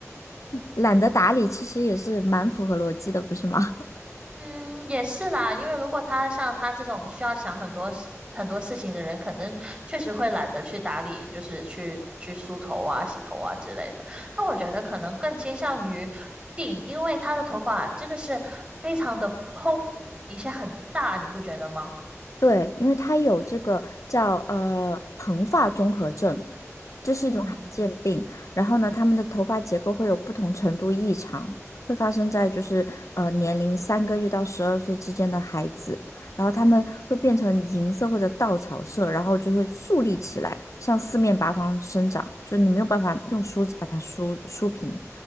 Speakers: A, on the left; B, on the right.
A: 懒得打理其实也是蛮符合逻辑的，不是吗？<laughs>
B: 嗯，也是啦，因为如果他像他这种需要想很多事很多事情的人，可能确实会懒得去打理，就是去去梳头啊、洗头啊之类的。那我觉得可能更倾向于病，因为他的头发真的是非常的蓬，以前很大，你不觉得吗？
A: 对，因为它有这个叫呃蓬发综合症，这是一种罕见病。
B: 嗯，
A: 然后呢，他们的头发结构会有不同程度异常，会发生在就是呃年龄三个月到十二岁之间的孩子。然后他们会变成银色或者稻草色，然后就会竖立起来，向四面八方生长，就你没有办法用梳子把它梳梳平。